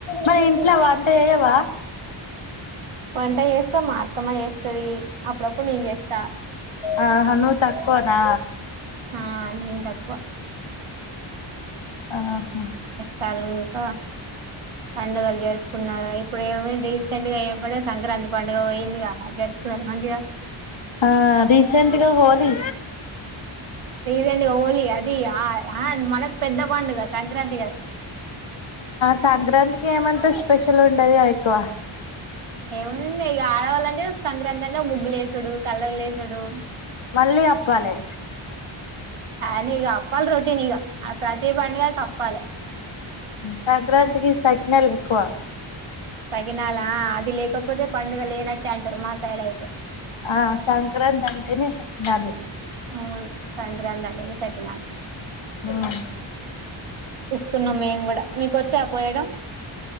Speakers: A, on the left; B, on the right.
A: మరి ఇంట్లో వంట చేయవా
B: వంట చేస్తా మా అత్తమ్మ చేస్తది అప్పుడప్పుడు నేను చేస్తా
A: ఆ హ నువ్ తక్కువనా
B: ఆ నేన్ తక్కువ
A: అ హా
B: చాలు ఇంకా పండుగలు జరుపుకున్నారు ఇప్పుడు ఏమైంది రీసెంట్ గా ఎంబడే సంక్రాంతి పండుగ పోయిందిగా అది జరుపుకున్నారు మంచిగా
A: ఆ రీసెంట్గా హోలీ
B: రీసెంట్ గా హోలీ అది ఆ అ మనకు పెద్ద పండుగ సంక్రాంతి గదా
A: సంక్రాంతికి ఏమంత స్పెషల్ ఉండదిగ ఎక్కువ
B: ఏముంది ఇంగ ఇగ ఆడవాళ్ళంటే సంక్రాంతి అంటే ముగ్గు లేసుడు కలర్లు ఏసుడు
A: మళ్ళి అప్పాలే
B: అంటే ఇగ అప్పాలి రొటీనిగ ప్రతి అ పండుగకి అప్పాలె
A: సంక్రాంతికి సకినల్ ఎక్కువ
B: సకిినాల అద్ అవి లేకపోతే పండుగ లేనట్టే అంటారు మా సైడ్ అయితే
A: ఆ సంక్రాంతి అంటేనే శకినాలు
B: అవును సంక్రాంతి అంటేనే సకినాలు
A: ఉమ్
B: కున్నాం మేము గుడా మీకోచ్చా పోయడం